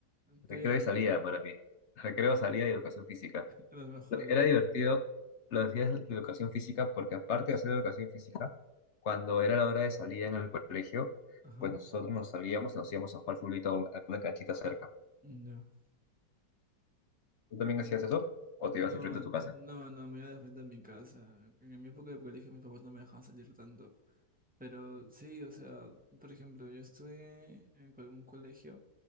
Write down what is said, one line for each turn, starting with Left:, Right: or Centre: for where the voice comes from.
Centre: Tuya,
Left: recreo y salida para mí. <laughs> Recreo, salida y educación física.
Centre: los mejores.
Left: lo- Era divertido los días de educación física porque aparte de hacer educación física, cuando era la hora de salir en el colegio,
Centre: Ajá.
Left: pues nosotros nos salíamos y nos íbamos a jugar fulbito a un- a una canchita cerca.
Centre: No.
Left: ¿Tú también hacías eso? ¿O te ibas
Centre: No,
Left: enfrente de
Centre: no,
Left: tu casa?
Centre: no, me iba de frente a mi casa. En mi época de colegio mis papás no me dejaban salir tanto. Pero sí, o sea, por ejemplo, yo estudié en algún colegio